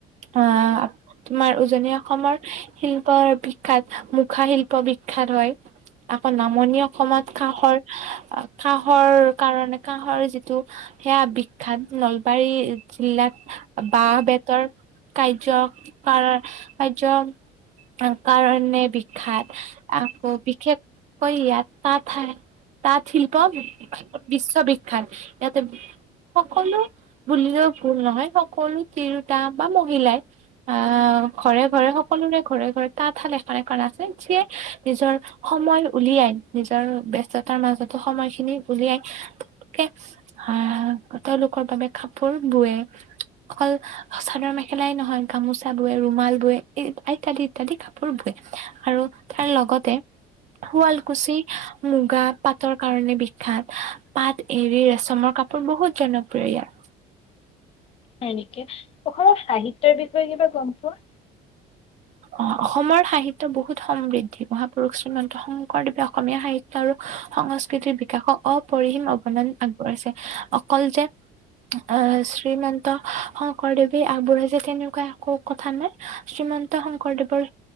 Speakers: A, on the right (about 45°); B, on the left (about 35°).
A: অ' তোমাৰ উজনি অসমৰ শিল্প বিখ্যাত মুখা শিল্প বিখ্যাত হয়। আকৌ নামনি অসমত কাহঁৰ আ, কাঁহৰ কাৰণে কাঁহৰ যিটো সেয়া বিখ্যাত নলবাৰী জিলাত বাঁহ বেতৰ কাৰ্য্য কাৰ কাৰ্য্য কাৰণে বিখ্যাত, আকৌ বিশেষকৈ ইয়াত ঠাই তাঁত শিল্প বিশ্ববিখ্যাত ইয়াতে সকলো বুলিলেও ভুল নহয় সকলো তিৰোতাই বা মহিলাই। আ ঘৰে ঘৰে সকলোৰে ঘৰে ঘৰে তাঁতশাল এখন এখন আছে, যিয়ে নিজৰ সময় উলিয়াই, নিজৰ ব্যস্ততাৰ মাজতো সময় খিনি উলিয়াই কে আ, তেওঁলোকৰ বাবে কাপোৰ বুৱে। অকল চাদৰ মেখেলাই নহয়, গামোচা বোৱে ৰুমাল বোৱে <unintelligible> ইত্যাদি কাপোৰ বোৱে আৰু তাৰ লগতে শুৱালকুছি মুগা পাটৰ কাৰণে বিখ্যাত, পাট, এৰি, ৰেচমৰ কাপোৰ বহুত জনপ্ৰিয় ইয়াত।
B: হয় নেকি, অসমৰ সাহিত্যৰ বিষয়ে কিবা গম পোৱা?
A: অ-অসমৰ সাহিত্য বহুত সমৃদ্ধি, মহাপুৰুষ শ্ৰীমন্ত শংকৰদেৱে অসমীয়া সাহি ত্য আৰু সংস্কৃতিৰ বিকাশক অপৰিহীম অৱদান আগবঢ়াইছে, অকল যে আ শ্ৰীমন্ত শংকৰদেৱে আগবঢ়াইছে তেনেকুৱা একো কথা নাই। শ্ৰীমন্ত শংকৰদেৱৰ